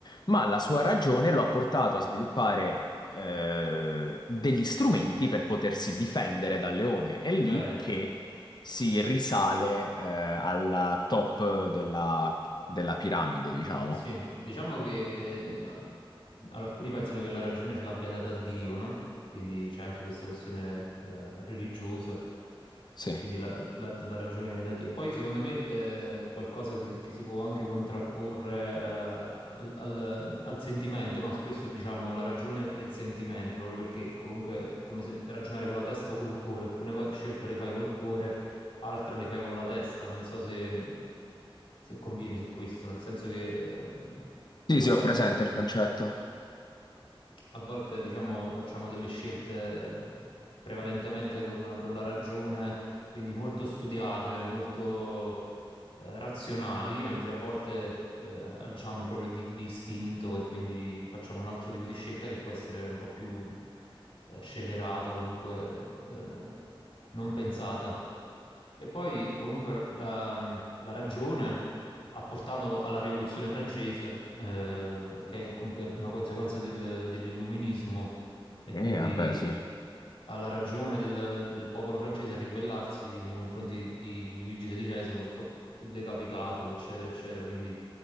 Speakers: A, on the left (about 50°); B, on the left (about 70°).
A: ma la sua ragione lo ha portato a sviluppare eh, degli strumenti per potersi difendere dal leone. È lì
B: vero.
A: che si risale eh, alla top della, della piramide, diciamo.
B: Sì, diciamo che eh, alcuni pensano che la ragione ce l'abbia data Dio, no? Quindi c'è anche questa questione eh, religiosa,
A: Sì.
B: quindi la, la- la ragione viene da Dio. Poi secondo me eh, è qualcosa che, che si può anche contrapporre eh, al, al- al sentimento, no? Spesso diciamo la ragione e il sentimento, proprio perché comunque è come se ragionare con la testa o col cuore, alcune co- scelte le fai col cuore altre le fai con la testa. Non so se, se convieni su questo, nel senso che ehm,
A: Sì,
B: a
A: sì,
B: volte.
A: ho presente il concetto.
B: A volte, diciamo, facciamo delle scelte prevalentemente con, con la ragione, quindi molto studiate, molto eh, razionali, mentre a volte eh, agiamo proprio di, di istinto e quindi facciamo un altro tipo di scelta che può essere un po' più eh, scellerata, comunque eh, non pensata. E poi comunque la, la ragione ha portato alla rivoluzione francese, eh, che è comunque una conseguenza del- dell'illuminismo e quindi
A: Eh, vabbè, sì.
B: alla ragione del, del popolo francese a ribellarsi nei confronti di, di Luigi XII, che fu, fu decapitato, eccetera, eccetera. Quindi,